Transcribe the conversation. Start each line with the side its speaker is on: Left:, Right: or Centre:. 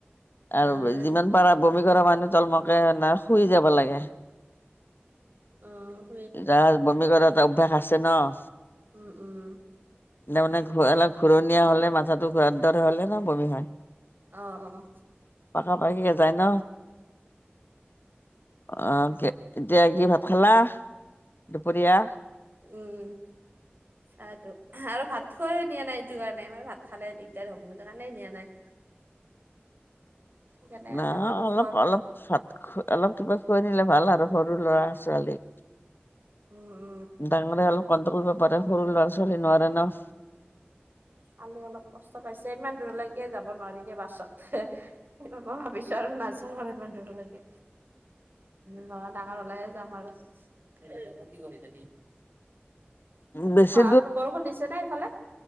Left: আৰু
Right: নাই
Left: যিমান পাৰা বমি কৰা মানুহ তল মূৰাকে না শুই যাব লাগে।
Right: উম।
Left: যাৰ বমি কৰা এটা অভ্যাস আছে ন'?
Right: উম উম।
Left: তাৰমানে ঘূ অলপ ঘূৰণীয়া হ'লে মাথাটো ঘূৰাৰ দৰে হ'লে না বমি হয়।
Right: অহ অহ।
Left: প পাাকিয় যায় ন অ <unintelligible> এতিয়া কি ভাত খালা দুপৰীয়া?
Right: উম।
Left: <inaudible>
Right: এইটো উমহ আৰু ভাত খোৱাইও নিয়া নাই এইটো কাৰণে এবাৰ ভাত খালে দিগদাৰ হ'ব সেইটো কাৰণে নিয়া নাই। সেইকাৰণে
Left: না
Right: আৰু ভাতো নোখোৱালো
Left: অলপ অলপ
Right: আৰু
Left: ভাত খ অলপ কিবা খুৱাই নিলে ভাল আৰু সৰু ল'ৰা ছোৱালীক।
Right: উম উ
Left: ডাঙৰে অলপ কণ্ট্ৰল কৰিব পাৰে সৰু ল'ৰা ছোৱালীয়ে নোৱাৰে ন'।
Right: কালি অলপ কষ্ট পাইছে ইমান দূৰলৈকে যাব নোৱাৰি দে বাছত সে মই ভাবিছোঁ আৰু নাযাওঁ আৰু ইমান দূৰলৈকে। লৰা ডাঙৰ হ'লেহে যাম আৰু। এতিয়ানো কি কৰিছা দি বাকী
Left: বেছি
Right: বৰষুণ দিছেনে সেইফালে?